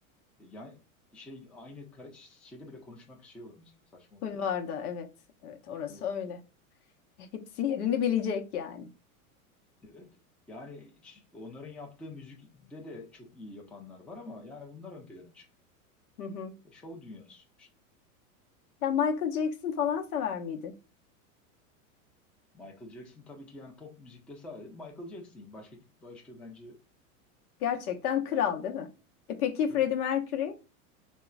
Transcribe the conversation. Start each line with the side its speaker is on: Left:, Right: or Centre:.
Centre: yani şey aynı kara- şeyde bile konuşmak şey olur mesela saçma olur.
Left: Kulvarda evet. Evet orası
Centre: Evet.
Left: öyle. Hepsi yerini bilecek yani.
Centre: Evet. Yani hiç- onların yaptığı müzikte de çok iyi yapanlar var ama yani bunlar ön plana çıkıyor.
Left: Hı hı.
Centre: Şov dünyası.
Left: Ya Michael Jackson falan sever miydin?
Centre: Michael Jackson tabii ki yani pop müzikte sadece Michael Jackson. Başka başka bence
Left: Gerçekten kral değil mi? E peki
Centre: tabii
Left: Freddie Mercury?